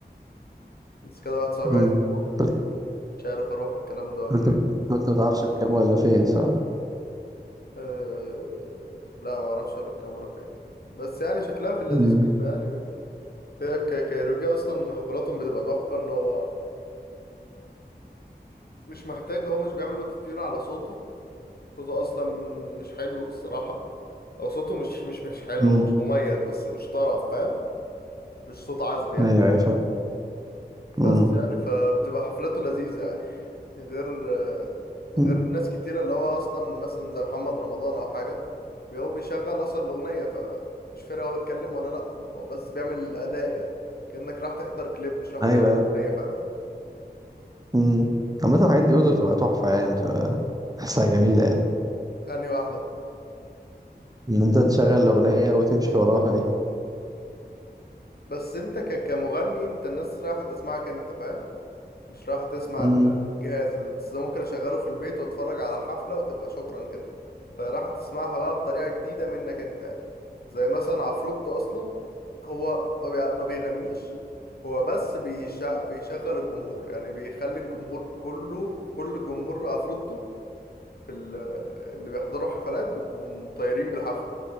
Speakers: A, on the left; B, on the right.
A: بس كده واحد صاحبي
B: امم
A: عايز يروح
B: قلت
A: مش عارف اروح الكلام ده ولا
B: قلت
A: ايه
B: قلت ما تعرفش بكام ولا فين صح
A: أه... لا ما اعرفش الا بكام ولا فين بس يعني شكلها في اللذيذ
B: امم
A: منه يعني هي ك- كايروكي اصلا حفلاتهم بتبقى تحفه ان هو مش محتاج هو مش بيعمل اوتو تيون على صوته صوته اصلا مش حلو الصراحه او صوته مش مش مش حلو
B: امم
A: هو مش مميز بس مش طرب فاهم مش صوت عذب يعني
B: ايوه ايوه فاهم
A: بس
B: امم
A: يعني فبتبقى حفلاته لذيذة يعني غير غير
B: أمم.
A: ناس كتيرة اللي هو أصلا مثلا زي محمد رمضان أو حاجة بي- هو بيشغل أصلا الأغنية فمش فارق هو اتكلم ولا لأ هو بس بيعمل الأداء يعني كأنك راح تحضر كليب مش راح تحضر
B: ايوه ايوه
A: أغنية فاهم
B: امم عامة الحاجات دي برضه بتبقى تحفة يعني بتبقى تحسها جميلة يعني
A: يعني واحدة
B: ان انت تشغل الأغنية وتمشي وراها دي
A: بس أنت ك... كمغني أنت الناس رايحة تسمعك أنت فاهم مش رايحة تسمع
B: امم
A: ال- الجهاز بس ده ممكن أشغله في البيت وأتفرج على الحفلة وتبقى شكرا كده فراح تسمعها بقى بطريقة جديدة منك انت زي مثلا عفروتو اصلا هو ما بيع- ما بيغنيش هو بس بيشع- بيشغل الجمهور يعني بيخلي الجمهور كله كل جمهور عفروتو في ال- اللي بيحضروا حفلات بيبقوا مطيرين بالحفلة